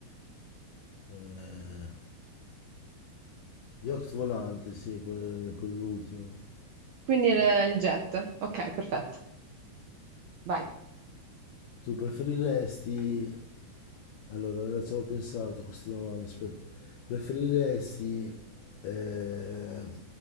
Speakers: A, on the left; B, on the right.
A: eh, Yacht volante, sì, quello, quello è l'ultimo.
B: Quindi il, il jet. Ok, perfetto. Vai.
A: Tu preferiresti... Allora, ci avevo pensato a questa domanda, aspetta. Preferiresti... Eh...